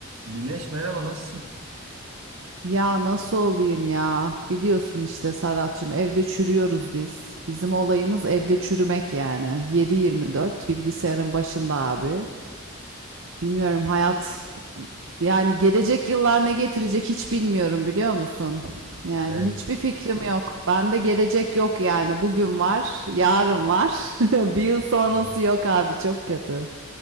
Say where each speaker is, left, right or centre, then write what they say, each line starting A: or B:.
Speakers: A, on the right (about 85°); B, on the right (about 65°).
A: Güneş merhaba nasılsın?
B: Ya nasıl olayım ya? Biliyorsun işte Serhat'cığım evde çürüyoruz biz. Bizim olayımız evde çürümek yani. Yedi yirmi dört bilgisayarın başında abi. Bilmiyorum hayat yani gelecek yıllar ne getirecek hiç bilmiyorum biliyor musun? Yani
A: Evet.
B: hiçbir fikrim yok. Bende gelecek yok yani. Bugün var, yarın var. <laughs> Bir yıl sonrası
A: hayır Aynen.
B: yok abi çok kötü.